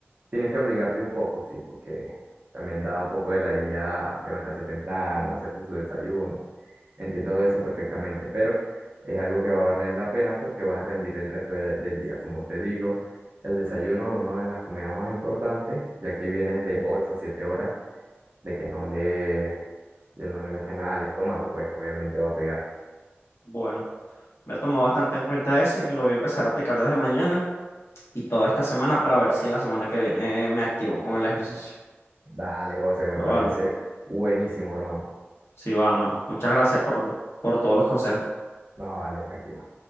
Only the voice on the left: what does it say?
Bueno. Me tomo bastante en cuenta eso y lo voy a empezar a aplicar desde mañana y toda esta semana para ver si la semana que viene me activo con el ejercicio.
Pero
bueno,
sí va, mano. Muchas gracias por, por todos los consejos.